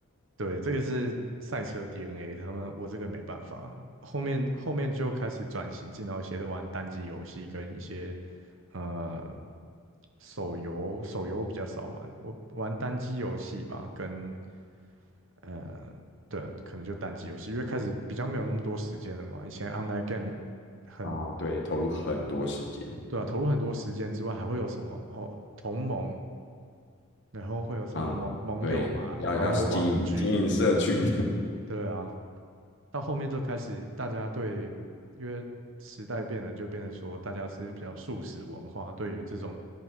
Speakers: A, on the right; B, on the left.
A: 对，这个是赛车 DNA，他们我这个没办法。后面后面就开始转型，进到一些玩单机游戏跟一些呃手游，手游我比较少玩，我玩单机游戏吧，跟呃对啊，可能就单机游戏，因为开始比较没有那么多时间了嘛。以前 online game
B: <laughs>
A: 很
B: 啊，对，投入很多时间
A: 对啊，投入很多时间之外，还会有什么哦同盟，然后会有什么盟盟友嘛，
B: 啊，对，要要经营经营社群。
A: 然后网剧，对啊，到后面就开始大家对，因为时代变了，就变成说大家是比较素食文化，对于这种